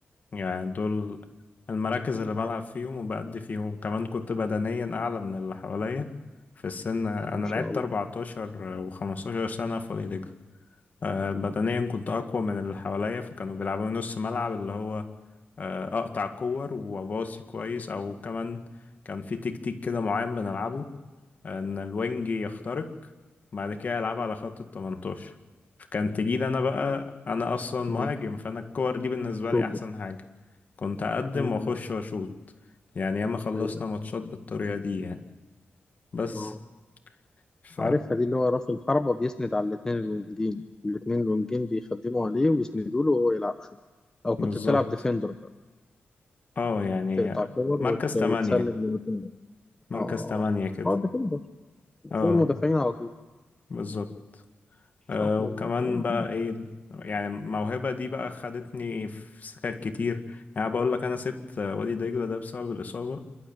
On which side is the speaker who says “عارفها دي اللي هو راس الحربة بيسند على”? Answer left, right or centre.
Left